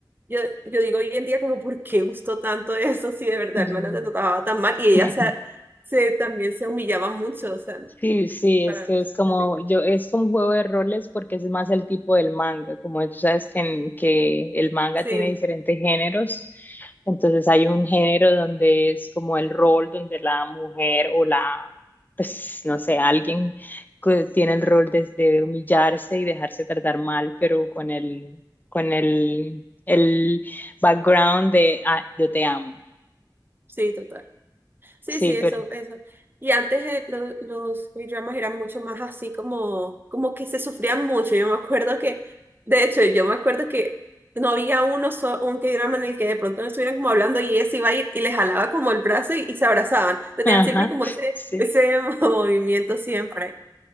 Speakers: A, on the right; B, on the left.
A: yo, yo digo hoy en día como, ¿por qué gustó tanto eso si de verdad el
B: Yo-
A: man la trataba tan mal? Y ella
B: <laughs>
A: se, se, también se humillaba mucho, o sea, no,
B: Sí, sí,
A: para
B: es que
A: mí es
B: es como,
A: horrible.
B: yo, es como un juego de roles porque es más el tipo del manga, como tú sabes que, en- que el manga
A: Sí,
B: tiene diferentes géneros, entonces hay un género donde es como el rol, donde la mujer o la, pues no sé, alguien que tiene el rol de, de humillarse y dejarse tratar mal, pero con el, con el, el background de, ah, yo te amo,
A: sí, total. Sí,
B: sí,
A: sí, eso,
B: pero,
A: eso. Y antes eh, lo- los dramas eran mucho más así como, como que se sufrían mucho. Yo me acuerdo que, de hecho, yo me acuerdo que no había uno so- un K-drama en el que de pronto no estuvieran como hablando y ella se iba a ir y les jalaba como el brazo y, y se abrazaban. Tenían
B: ajá,
A: siempre como ese,
B: <laughs>
A: ese
B: sí.
A: <laughs> movimiento siempre.